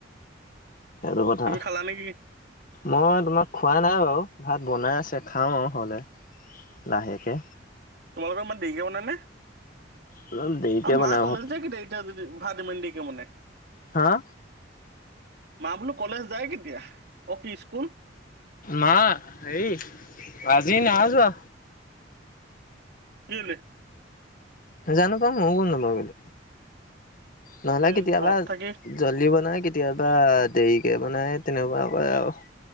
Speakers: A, on the left (about 45°); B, on the right (about 60°).
A: সেইটো কথা
B: তুমি খালা নেকি
A: মই তোমাক খোৱা নাই বাৰু ভাত বনাই আছে খাম আৰু হ'লে লাহেকে
B: তোমালোকৰ ইমান দেৰিক বনাই নে
A: অলপ দেৰিকে
B: আৰু
A: বনাই
B: মা কলেজ
A: ভাত।
B: যে কি দেই এতিয়াও যদি ভাত ইমান দেৰিকে বনে
A: হা
B: মা বোলো কলেজ যায় কেতিয়া অ কি স্কুল
A: মা হেৰি আজি নাই যোৱা
B: কেলে
A: জানো পাই ময়ো গম নাপাও কেলে নহ'লে
B: এই
A: কেতিয়াবা
B: ঘৰত থাকি
A: জল্দি বনায় কেতিয়াবা দেৰিকে বনায় তেনেকোৱা কৰে আও